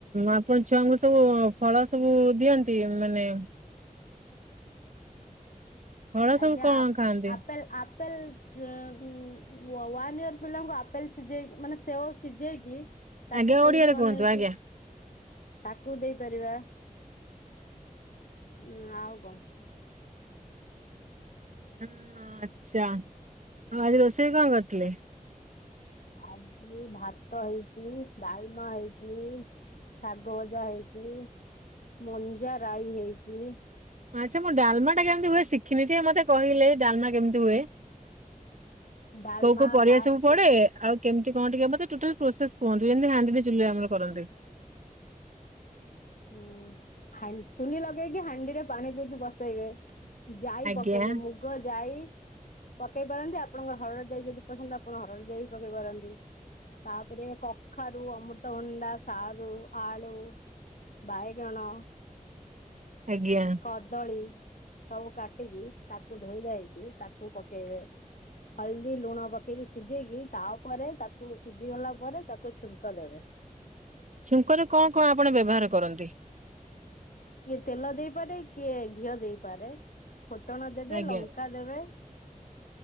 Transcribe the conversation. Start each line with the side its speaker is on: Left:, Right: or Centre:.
Right: ଆପଣ ଛୁଆଙ୍କୁ ସବୁ ଫଳ ସବୁ ଦିଅନ୍ତି ମାନେ ଫଳ ସବୁ
Left: ଆଜ୍ଞା
Right: କଣ
Left: ଆ
Right: ଖାଆନ୍ତି?
Left: ଆପେଲ ଆପେଲ ଯୁଁ ୱା ୱାନ ଇୟର ପିଲାଙ୍କୁ ଆପେଲ ସିଝେଇକି ମାନେ ସେଓ ସିଝେଇକି ତାକୁ
Right: ଆଜ୍ଞା
Left: ପିଉରି
Right: ଓଡିଆରେ
Left: ବନେଇକି
Right: କୁହନ୍ତୁ ଆଜ୍ଞା।
Left: ତାକୁ ଦେଇପାରିବା। ହୁଁ ଆଉ କ?
Right: ହଁ ଆଚ୍ଛା ଆଉ ଆଜି ରୋଷେଇ କଣ କରିଥିଲେ?
Left: ଆଜି ଭାତ ହେଇଚି ଡାଲମା ହେଇଚି ଶାଗ ଭଜା ହେଇଚି ମଞ୍ଜାରାଇ ହେଇଚି।
Right: ଆଚ୍ଛା ମୁଁ ଡାଲମା ଟା କେମିତି ହୁଏ ଶିଖିନି ଯେ ମତେ କହିଲେ ଡାଲମା କେମିତି ହୁଏ?
Left: ଡାଲମା
Right: କୋଉ କୋଉ ପରିବା
Left: ଫାଷ୍ଟ
Right: ସବୁ ପଡେ ଆଉ କେମତି କଅଁ ଟିକେ ମତେ ଟୋଟାଲ ପ୍ରୋସେସ କୁହନ୍ତୁ ଯେମିତି ରାନ୍ଦିବି ଚୁଲିରେ ଆମର କରନ୍ତି।
Left: ହୁଁ ହାଣ୍ଡି ଚୁଲି ଲଗେଇକି ହାଣ୍ଡିରେ ପାଣି ଦେଇକି ବସେଇବେ। ଯାଇ
Right: ଆଜ୍ଞା
Left: ପକେଇବେ ମୁଗଯାଇ ପକେଇ ପାରନ୍ତି ଆପଣଙ୍କର ହରଡ ଯାଇ ଯଦି ପସନ୍ଦ ଆପଣ ହରଡ ଯାଇ ବି ପକେଇ ପାରନ୍ତି ତାପରେ କଖାରୁ, ଅମୃତଭଣ୍ଡା, ସାରୁ, ଆଳୁ ବାଇଗଣ,
Right: ଆଜ୍ଞା
Left: କଦଳୀ ସବୁ ଟିକି ତାକୁ ଧୋଇଧାଇକି ତାକୁ ପକେଇବେ ହଳଦୀ ଲୁଣ ପକେଇକି ସିଝେଇକି ତାପରେ ତାକୁ ସିଝି ଗଲା ପରେ ତାକୁ ଛୁଙ୍କ ଦେବେ।
Right: ଛୁଙ୍କରେ କଣ କଣ ଆପଣ ବ୍ୟବହାର କରନ୍ତି?
Left: କିଏ ତେଲ ଦେଇପାରେ କିଏ ଘିଅ ଦେଇପାରେ। ଫୁଟଣ ଦେବେ
Right: ଆଜ୍ଞା
Left: ଲଙ୍କା ଦେବେ।